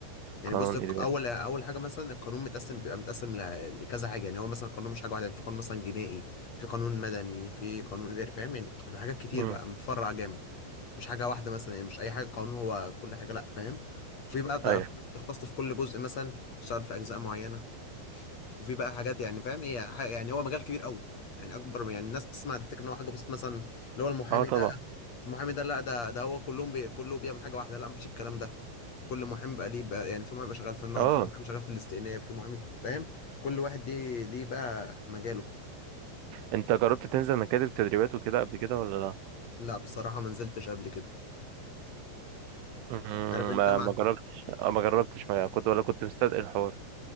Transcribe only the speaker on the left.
يعني
بص الق-
اول اول حاجه مثلا القانون متقسم بيبقى متقسم ل- لكذا حاجه يعني هو مثلا القانون مش حاجه واحده يعني في قانون مثلا جنائي في قانون مدني في قانون اداري فاهم يعني ده حاجات كتير
بقى متفرع جامد مش حاجه واحده مثلا يعني مش اي حاجه قانون هو كل حاجه لا فاهم وفي بقى ده-
في ناس بتختص في كل جزء مثلا تشتغل في اجزاء معينه وفي بقى حاجات يعني فاهم هي ح- يعني هو مجال كبير قوي يعني اكبر يعني الناس بتسمع تفتكر ان هو حاجه بسيطه مثلا اللي هو المحامي
ده المحامي ده لا ده ده هو كلهم بي كله بيعمل حاجه واحده لا مفيش الكلام ده كل محامي بقى ليه بقى يعني في محامي بقى شغال في النقد
في محامي شغال في الاستئناف في محامي فاهم كل واحد ليه ليه بقى مجاله
لا بصراحه ما نزلتش قبل كده
عارف انت
مع